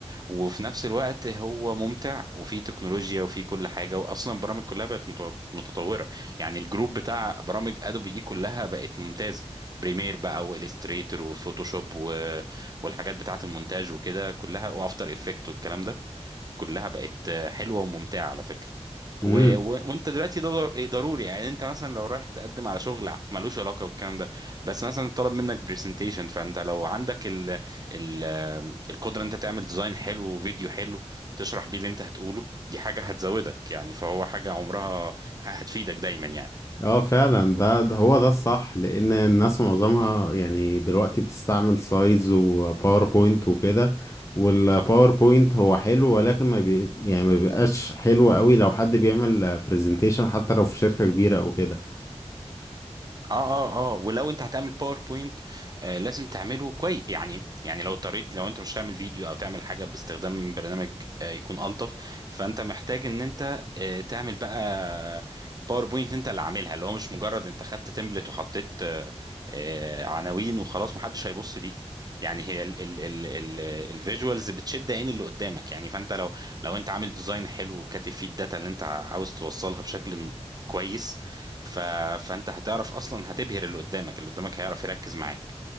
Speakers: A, on the right; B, on the left.
A: وفي نفس الوقت هو ممتع وفي تكنولوجيا وفي كل حاجه واصلا البرامج كلها بقت مت- متطوره يعني الجروب بتاع برامج ادوبي دي كلها بقت ممتازه بريمير بقى والستريتور وفوتوشوب و... والحاجات بتاعه المونتاج وكده كلها وافتر افكت والكلام ده كلها بقت حلوه وممتعه على فكره
B: امم
A: و... و... وانت دلوقتي ده ضر- ضروري يعني انت مثلا لو رايح تقدم على شغل ع- ملوش علاقه بالكلام ده بس مثلا طلب منك برزنتيشن فانت لو عندك ال... ال... القدره ان انت تعمل ديزاين حلو وفيديو حلو تشرح بيه اللي انت هتقوله دي حاجه هتزودك يعني فهو حاجه عمرها هتفيدك دايما يعني
B: اه فعلا ده, ده هو ده الصح لان الناس معظمها
A: بالظبط
B: يعني دلوقتي بتستعمل سلايدز وباوربوينت وكده والباوربوينت
A: صح.
B: هو حلو ولكن ما بي يعني ما بيبقاش حلو قوي لو حد بيعمل برزنتيشن حتى لو في شركة كبيرة او كده
A: اه اه اه ولو انت هتعمل باوربوينت آه لازم تعمله كويس يعني يعني لو اضطريت لو انت مش تعمل فيديو او تعمل حاجه باستخدام برنامج آه يكون الطف فانت محتاج ان انت آه تعمل بقى باوربوينت انت اللي عاملها اللي هو مش مجرد انت خدت تمبلت وحطيت آه آه عناوين وخلاص محدش هيبص ليه يعني هي ال ال ال ال الفيجوالز بتشد عين اللي قدامك يعني فانت لو لو انت عامل ديزاين حلو وكاتب فيه الداتا اللي انت عاوز توصلها بشكل كويس ف... فانت هتعرف اصلا هتبهر اللي قدامك اللي قدامك هيعرف يركز معاك